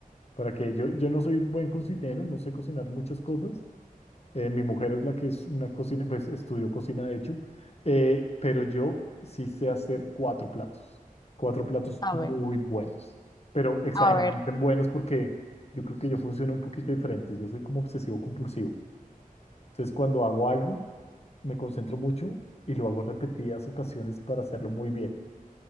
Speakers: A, on the left; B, on the left.
A: Para que yo, yo no soy buen cocinero, no sé cocinar muchas cosas. Eh, mi mujer es la que es una cocina, pues estudió cocina de hecho, Eh, pero yo sí sé hacer cuatro platos, cuatro platos
B: A
A: muy
B: ver,
A: buenos, pero exageradamente
B: a ver,
A: buenos porque yo creo que yo funciono un poquito diferente, yo soy como obsesivo compulsivo. Entonces cuando hago algo, me concentro mucho y lo hago repetidas ocasiones para hacerlo muy bien.